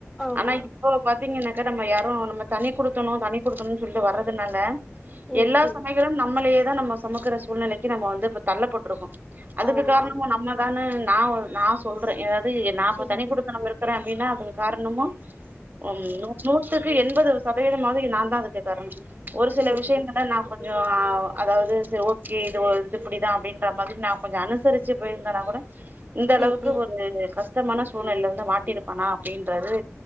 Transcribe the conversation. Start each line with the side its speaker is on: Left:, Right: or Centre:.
Centre: ஆமா
Right: ஆனா இப்போ பார்த்தீங்கன்னாகா நம்ம யாரு நம்ம தனி குடுத்தணு தனி குடுத்தணோன்னு சொல்லிட்டு வரதுனால
Centre: ம்
Right: எல்லா
Centre: ம்
Right: சுமைகளு நம்மளே தா நம்ம சொமக்கிற சூழ்நிலைக்கு நம்ம வந்து இப்ப தள்ளப்பட்ருக்கோ அதுக்கு
Centre: ஆமா
Right: காரணமு
Centre: ஆமா
Right: நம்மதான நா நா சொல்றே ஏதாவது நா இப்ப
Centre: ம்
Right: தனி குடுத்தணோங்கிறது இருக்கறே அப்டின்னா அதுக்கு காரணமு ம் நூ நூத்துக்கு எம்பது சதவீதமாக நா தா அதுக்கு காரணோ ஒரு சில
Centre: ம்
Right: விஷயங்கள
Centre: ம்
Right: நா பட் கொஞ்சோ அதாவது சரி ஓகே இது இது இப்டிதா அப்டின்ற மாதிரி நா கொஞ்சோ அனுசரிச்சு போயிருந்தேன்னா கூட இந்த அளவுக்கு
Centre: ம் ம்
Right: ஒரு கஷ்டமான சூழ்நிலையில வந்து மாட்டிருப்பானா அப்டின்றது